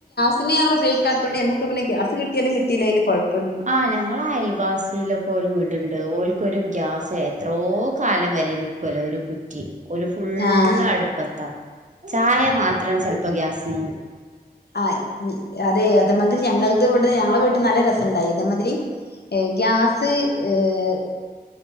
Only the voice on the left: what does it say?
പിന്ന ഞങ്ങള് ഉപയോഗിക്കാത്തൊണ്ടു ഞമ്മക്ക് പിന്ന ഗ്യാസ് കിട്ടിയാലും കിട്ടിയില്ലേലും കൊഴപ്പ
ആഹ്
ആയി ഇനി അതെ അതമാതിരി ഞങ്ങളത് ഇവി ഞങ്ങളെ വീട്ടിൽ നല്ല രസണ്ടായി ഇതമാതിരി ഗ്യാസ് ഏഹ്